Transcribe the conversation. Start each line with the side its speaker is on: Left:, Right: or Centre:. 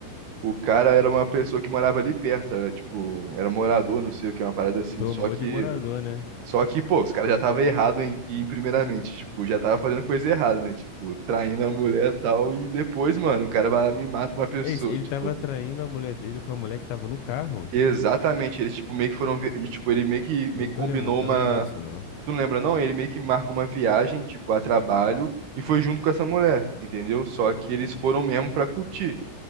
Right: o cara era uma pessoa que morava ali perto, era, tipo, era morador, não sei o que, uma parada assim.
Left: tomou
Right: Só que
Left: de morador, né?
Right: só que, pô, os caras já estavam errados em, em primeiramente, tipo, já tava fazendo coisa errada, né? Tipo, traindo a mulher e tal, e depois, mano, o cara vai lá e me mata uma pessoa,
Left: É isso, ele
Right: tipo.
Left: tava traindo a mulher dele com a mulher que tava no carro?
Right: Exatamente, eles, tipo, meio que foram, vi- e, tipo, ele meio que, meio
Left: Eu não
Right: que
Left: tô
Right: combinou
Left: lembrando, não tava
Right: uma,
Left: lembrando disso não.
Right: tu não lembra não? Ele meio que marcou uma viagem, tipo, a trabalho, e foi junto com essa mulher, entendeu? Só que eles foram mesmo pra curtir.